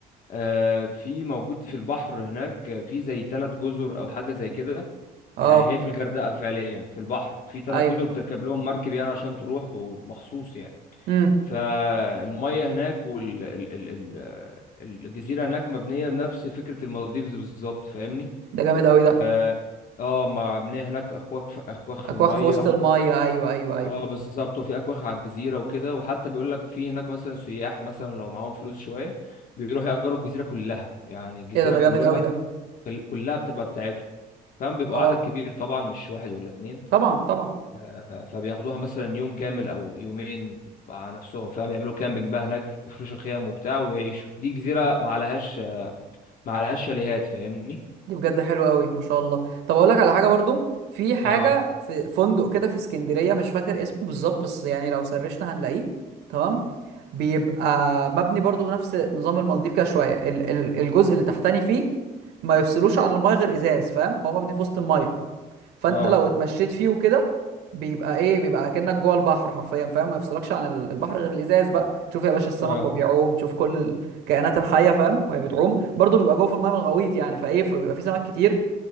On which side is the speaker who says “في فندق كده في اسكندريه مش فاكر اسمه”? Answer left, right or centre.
Right